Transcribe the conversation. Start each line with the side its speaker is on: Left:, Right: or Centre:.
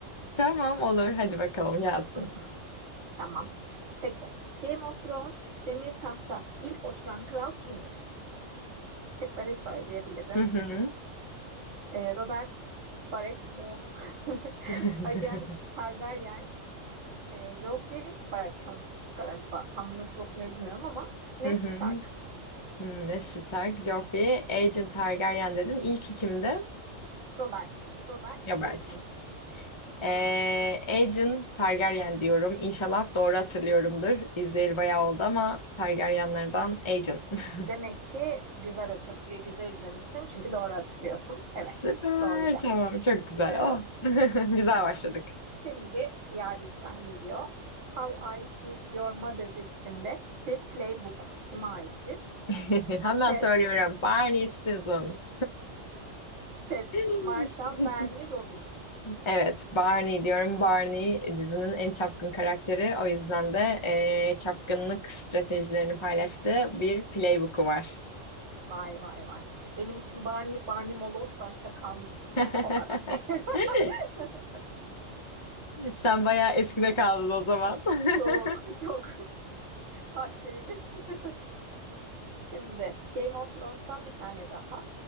Left: Tamam olur. Hadi bakalım gelsin.
Right: Hı hı. Tamam. Peki. Game of Thrones, Demir Taht'ta ilk oturan kral kimdir? Şıkları söyleyebilirim.
Left: Hı hı.
Right: Ee, Robert Baratheon, <laughs>
Left: <laughs>
Right: Aegon Targaryen, E, Joffrey Baratheon galiba tam nasıl okunuyor bilmiyorum ama Ned
Left: Hı hı.
Right: Stark,
Left: Hmm, ne Stark, Joffrey, Agent Targaryen dedin. İlk ikimdi.
Right: Robert, Robert
Left: Robert.
Right: Baratheon.
Left: Ee, Agent Targaryen diyorum. İnşallah doğru hatırlıyorumdur. İzleyeli bayağı oldu ama Targaryenlerden Agent. <laughs>
Right: Demek ki güzel hatır, e, güzel izlemişsin çünkü doğru hatırlıyorsun. Evet,
Left: Süper.
Right: doğru cevap.
Left: Tamam. Çok güzel.
Right: Evet.
Left: Oh. <laughs> Güzel başladık.
Right: Şimdi diğer diziden geliyor. How I Met Your Mother dizisinde The Playbook kime aittir?
Left: <laughs> Hemen
Right: Ted,
Left: söylüyorum. Barney Stinson.
Right: Ted
Left: <laughs>
Right: Marshall, Barney Robin.
Left: Evet, Barney diyorum. Barney dizinin en çapkın karakteri. O yüzden de eee, çapkınlık stratejilerini paylaştığı bir playbook'u var.
Right: Vay vay vay. Benim için Barney, Barney Moloz taşta kalmıştır.
Left: <laughs>
Right: O kadar. <laughs>
Left: Sen bayağı eskide kaldın o zaman.
Right: Çok
Left: <laughs>
Right: çok. Taş devri. <laughs> Şimdi Game of Thrones'tan bir tane daha.